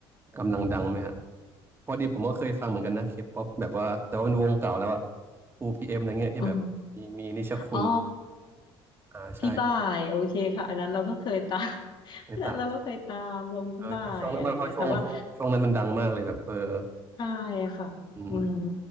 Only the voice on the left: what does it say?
อ๋ออ๋อ
พี่บ่ายโอเคค่ะอันนั้นเราก็เคยตาม <laughs>
อันนั้นเราก็เคยตามวงพี่บ่ายอะไรเงี้ยแต่ว่า
ใช่ค่ะอืม